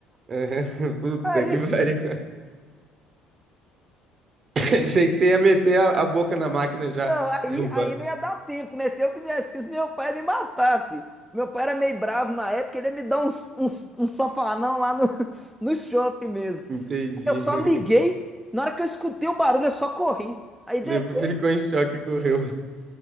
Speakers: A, on the right; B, in the centre.
A: Aham, <laughs> Puta
B: Aí,
A: que pariu. <laughs> Sei que você ia meter a, a boca na máquina já
B: não, aí,
A: derrubar.
B: aí não ia dar tempo, né? Se eu fizesse isso, meu pai ia me matar, filho. Meu pai era meio bravo na época, ele ia me dar uns, uns, um sofanão lá no, <laughs> no shopping mesmo.
A: Entendi.
B: Eu só liguei, na hora que eu escutei o barulho, eu só corri.
A: <laughs>
B: Aí depois,
A: Levou- Ficou em choque e correu.